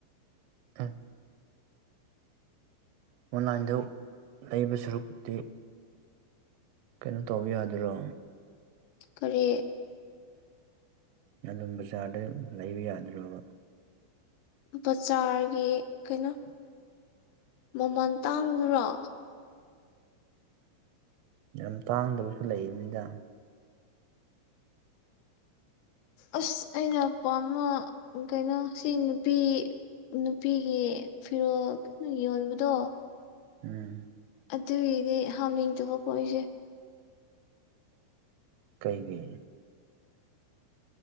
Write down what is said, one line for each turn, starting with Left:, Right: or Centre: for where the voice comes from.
Right: ꯑ <unintelligible> <inaudible> ꯑꯣꯟꯂꯥꯏꯟꯗ ꯂꯩꯕ ꯁꯔꯨꯄꯛꯇꯤ ꯀꯩꯅꯣ ꯇꯧꯕ ꯌꯥꯗꯣꯏꯔꯣ
Left: ꯀꯔꯤ
Right: ꯑꯗꯨꯝ ꯕꯖꯥꯔꯗ ꯂꯩꯕ ꯌꯥꯗꯣꯏ꯭ꯔꯕ
Left: ꯕꯖꯥꯔꯒꯤ ꯀꯩꯅꯣ ꯃꯃꯜ ꯇꯥꯡꯕꯗꯨꯔꯣ
Right: ꯌꯥꯝ ꯇꯥꯡꯗꯕꯁꯨ ꯂꯩꯕꯅꯤꯗ
Left: ꯑꯁ ꯑꯩꯅ ꯄꯥꯝꯕ ꯀꯩꯅꯣ ꯁꯤ ꯅꯨꯄꯤ ꯅꯨꯄꯤꯒꯤ ꯐꯤꯔꯣꯜ ꯀꯩꯅꯣ ꯌꯣꯟꯕꯗꯣ
Right: ꯎꯝ
Left: ꯑꯗꯨꯒꯤꯗꯤ ꯍꯥꯝꯅꯤꯡꯗꯕꯀꯣ ꯑꯩꯁꯦ
Right: ꯀꯩꯒꯤ